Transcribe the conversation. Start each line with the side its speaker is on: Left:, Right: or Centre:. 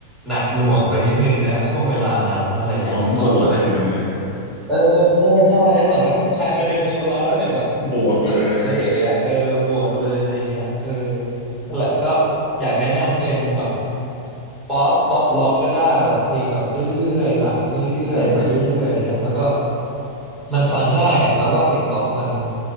Centre: หนักหน่วงไปนิดนึงนะช่วงเวลานั้นอะไรเงี้ยคุณต้นก็เลย
Left: พร้อมบวกอะไรอย่างเงี้ย
Centre: เออใช่ใช่ให้เหมือนแบบใครมาเดินชนเราแล้วเดี๋ยวแบบ
Left: <laughs> บวกเลย
Centre: เฮ้ยอะไรอย่างเงี้ยเออบวกเลยอะไรอย่างเงี้ยเออ นั่นแหละก็อยากแนะนำเป็นแบบป๊อปป๊อปล็อกก็ได้แบบเพลงแบบเรื่อยๆไหลเรื่อยๆไปเรื่อยๆอะไรเงี้ยครับแล้วก็
Left: อืม
Centre: มันฟังง่ายอ่ะบัดว่าเพลงป๊อปมัน